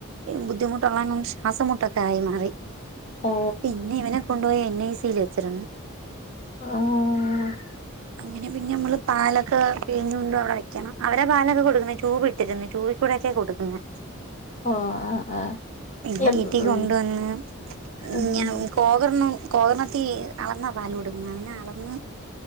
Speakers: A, on the right (about 70°); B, on the left (about 35°).
A: ബുദ്ധിമുട്ടുള്ളോണ്ട് അവന് ശ്വാസംമുട്ടൊക്കെ ആയി മാറി
B: ഓ
A: പിന്നെ ഇവനെ കൊണ്ടുപോയി എൻ ഐ സി യിൽ വെച്ചിര്ന്ന്
B: ആഹ് അങ്ങനെ
A: അങ്ങനെ പിന്നമ്മള് പാലൊക്കെ പിഴിഞ്ഞു കൊണ്ട് അവിടെ വെക്കണം അവരെ പാലൊക്കെ കൊടുക്കുന്നേ ട്യൂബ് ട്ടിരുന്ന് ട്യൂബികൂടൊക്കെ കൊടുക്കുന്നെ
B: ഓഹ് ആഹ് ആഹ്
A: പിന്നെ
B: അല്ല
A: വീട്ടി
B: ഉം
A: കൊണ്ടു വന്ന്
B: ഉം
A: ഞങ്ങ കോതർണം കോതർണത്തി അളന്നാ പാല് കൊടുക്കുന്നെ അതിനളന്ന്